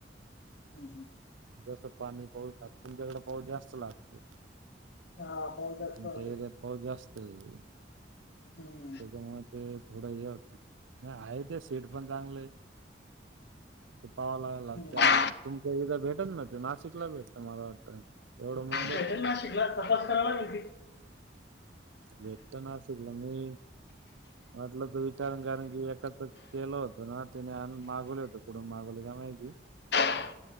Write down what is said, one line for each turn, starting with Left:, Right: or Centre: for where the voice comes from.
Left: हम्, हम.
Right: जसं पाणी पाऊस लागत, तुमच्याकडे पाऊस जास्त लागतो.
Left: हा पाऊस जास्त
Right: तुमच्या
Left: लागतो इकडे.
Right: एरियात पाऊस जास्त आहे इकडे.
Left: हम्म.
Right: त्यामुळे ते थोडं हे होत आहे, ते सीट पण चांगलंये. ते पावं लागला
Left: हम्म
Right: ते आ तुमच्या इथ भेटत ना ते नाशिकला भेटत मला वाटत. एवढ म
Left: भेटल ना शिकल तपास करावा लागेली.
Right: भेटतो ना <unintelligible> म्हटलं तर विचारण कारण की एकाच केलं होतं ना, त्याने आणुन मागवले होत. कुठून मागवले काय माहिती.
Left: <inaudible>